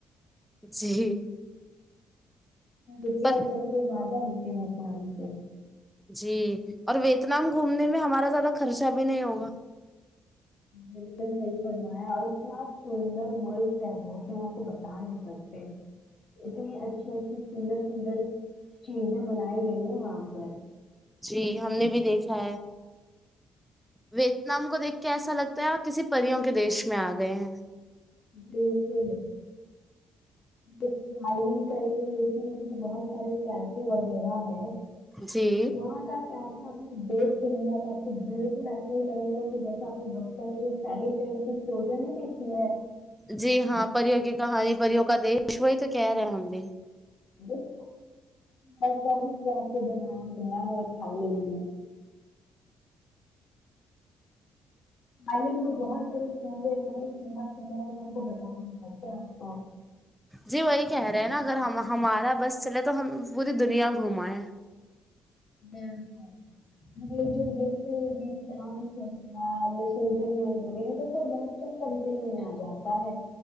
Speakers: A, in the centre; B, on the left (about 55°).
A: جی
B: ا پیاز
A: پر
B: سب سے زیادہ ہوتے ام سے
A: جی اور ویت نام گھومنے میں ہمارا زیادہ خرچہ بھی نہیں ہوگا
B: بالکل صحیح فرمایا اور اتنا سندر ملک ہے وہ کہ وہ کو بتا نہیں سکتے اتنی اچھی اچھی سندر سندر چیزیں بنائی گئی ہیں وہاں پر
A: جی ہم نے بھی دیکھا ہے ویتنام کو دیکھ کے ایسا لگتا ہے آپ کسی پریوں کے دیش میں آ گئے ہیں
B: <unintelligible> طریق اس میں بھی بہت سارے کیفے وغیرہ ہے
A: جی
B: وہاں تک تو ایسا آپ نے دیکھ لیا آپ کو د ایسا ہی لگے گا کہ جیسا اپنے بچوں میں سیری پھر ت اسٹووریا نے دیکھی ہے
A: جی ہاں پریوں کی کہانی پریوں کا دیش وہی تو کہہ رہے ہیں ہم بھی
B: بالک ایسا بھی طپ کو بنایا گیا ہے تھائی لینڈ میں آائی لینڈ میں بہت سارے سنے اتنے سندر سندر ہیں جو ان کو بتا چتے آپ کو
A: جی وہی کہہ رہے ہیں نا اگر ہم ہمارا بس چلے تو ہم پوری دنیا گھمائیں
B: بالکل یہ جو یہ یہ فرانس ہو گیا یہ سوئزرلینڈ ہو گیا یہ تو سب ویسٹرن کنٹریوں میں آ جاتا ہے